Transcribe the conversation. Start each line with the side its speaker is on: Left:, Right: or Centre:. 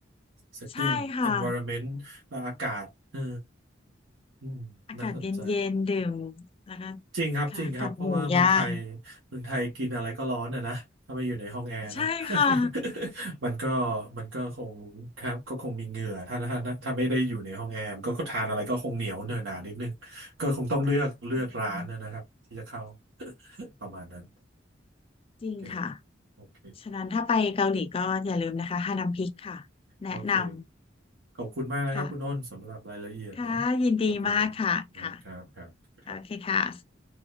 Right: setting
Left: ใช่ค่ะ
Right: environment และอากาศเอออืมน่าสนใจ
Left: อากาศเย็นๆดื่มแล้วก็
Right: จริงครับจริงครับเพราะว่าเมืองไทย
Left: ค่ะกับหมูย่าง
Right: เมืองไทยกินอะไรก็ร้อนอ่ะนะถ้าไม่อยู่ในห้องแอร์นะ
Left: ใช่ค่ะ
Right: <laughs> มันก็มันก็คงครับก็คงมีเหงื่อถ้าถ้าถ้าไม่ได้อยู่ในห้องแอร์มันก็ก็ทานอะไรก็คงเหนียวเนอะหนานิดนึงก็คงต้องเลือกเลือกร้านนะครับที่จะเข้า
Left: จริงค่ะ
Right: <laughs> ประมาณนั้น
Left: จริงค่ะ
Right: โอเคโอเค
Left: ฉะนั้นถ้าไปเกาหลีก็อย่าลืมนะคะฮานัมพิกค่ะแนะนำ
Right: โอเค ขอบคุณมากนะครับคุณอ้นสำหรับรายละเอียดเนาะ
Left: ค่ะ ค่ะ ยินดีมากค่ะ
Right: ขอบคุณมากครับครับครับครับ
Left: ค่ะโอเคค่ะ